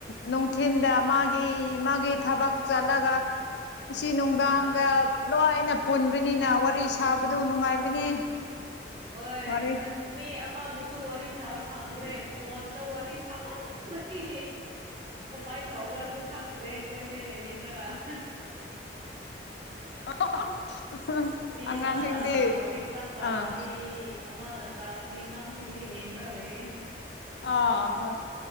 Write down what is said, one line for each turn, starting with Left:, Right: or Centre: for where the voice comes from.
Left: ꯅꯨꯡꯊꯤꯟꯗ ꯃꯥꯒꯤ ꯃꯥꯒꯤ ꯊꯕꯛ ꯆꯠꯂꯒ ꯑꯁꯤ ꯅꯨꯡꯗꯥꯡꯗ
Right: ꯑꯥ
Left: ꯂꯣꯏꯅ ꯄꯨꯟꯕꯅꯤꯅ ꯋꯥꯔꯤ ꯁꯥꯕꯗꯨ ꯅꯨꯡꯉꯥꯏꯕꯅꯤ
Right: ꯑꯣꯏ
Left: ꯋꯥꯔꯤ
Right: ꯑꯁ ꯃꯤ ꯑꯃꯕꯨꯁꯨ ꯋꯥꯔꯤ ꯁꯥꯕ ꯐꯪꯗ꯭ꯔꯦ ꯐꯣꯟꯗ ꯋꯥꯔꯤ ꯁꯥꯃꯟꯕꯩ ꯀꯃꯥꯏꯅ ꯇꯧꯕ꯭ꯔꯥꯁꯨ ꯈꯪꯗ꯭ꯔꯦ ꯑꯩꯈꯣꯏꯁꯦ ꯂꯩꯃꯤꯟꯅꯔꯒ <inaudible>
Left: <inaudible>
Right: ꯃꯤ
Left: ꯑꯉꯥꯡꯁꯤꯡꯗꯤ
Right: ꯑꯃꯅ ꯍꯧꯖꯤꯛ ꯆꯥꯛ ꯆꯥꯒꯅꯤ
Left: ꯑꯥ
Right: ꯑꯃꯅ ꯇꯥꯔꯒꯅꯤ ꯑꯉꯥꯡꯁꯤꯡꯁꯦ ꯌꯦꯡꯔ ꯂꯩꯌꯦ
Left: ꯑꯥ ꯍꯣꯏ